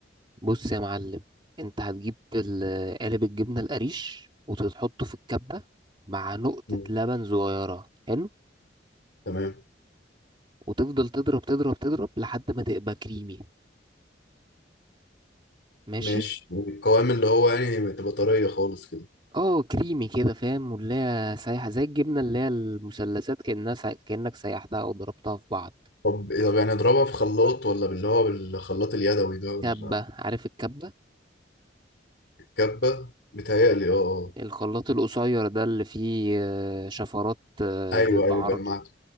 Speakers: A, on the right (about 25°); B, on the left (about 60°).
A: بص يا معلم انت هتجيب ال- قالب الجبنة القريش وتحطه في الكبة مع نقطة
B: مم.
A: لبن صغيرة حلو
B: تمام
A: وتفضل تضرب تضرب تضرب لحد ما تبقى كريمي ماشي
B: ماشي القوام اللي هو يعني تبقى طرية خالص كده
A: اه كريمي كده فاهم واللي هي سايحة زي الجبنة اللي هي المثلثات كأنها سا... كأنك سيحتها أو ضربتها في بعض
B: طب طب يعني اضربها في خلاط ولا باللي هو بالخلاط اليدوي ده ولا
A: كبة عارف الكبة
B: الكبة متهيألي اه آه.
A: الخلاط القصير ده اللي فيه آه، شفرات آه،
B: ايوه
A: ب- بعرضه
B: ايوه جمعته